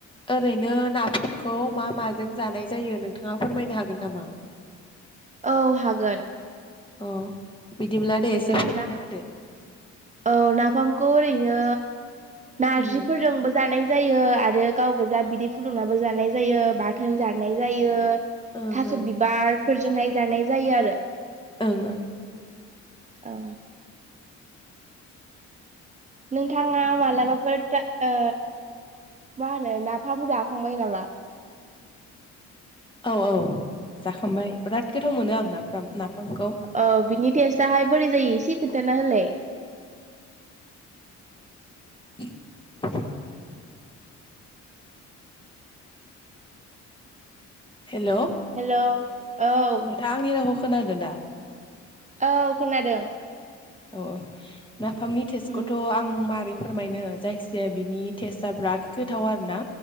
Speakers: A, on the left; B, on the right.
A: ओरैनो नाफामखौ मा माजों जानाय जायो नोंथाङा फोरमायनो हागोन नामा <inaudible>
B: औ हागोन
A: अ बिदिब्ला दे एसे
B: ओ
A: फोरमायना
B: ना
A: होदो
B: औ नाफामखौ ओरैनो नारजिफोरजोंबो
A: ओं
B: जानाय जायो आरो गाव गोजा बिदै फुदुंनाबो जानाय जायो बा थोन जानाय जायो
A: ओं
B: थास'
A: ओं
B: बिबारफोरजोंहाय जानाय जायो आरो।
A: ओं ओं
B: औ नोंथाङा मालाबाफोर ता- मा होनो नाफाम जाखांबायायो नामा?
A: औ औ जाखांबाय बिराद गोथाव मोनो आं नाफ्रा नाफामखौ
B: ओ बिनि टेस्टआाहाय बोरै जायो एसे खोन्थाना होलाय?
A: उ हेल'
B: हेलौ औ
A: <unintelligible> आंनि रावखौ खोनादों दा?
B: औ खोनादों
A: अ नाफामनि टेस्टखौथ'
B: उम
A: आं मारै फोरमायनो जायखिजाया बिनि टेस्टआ बिराद गोथाव आरो ना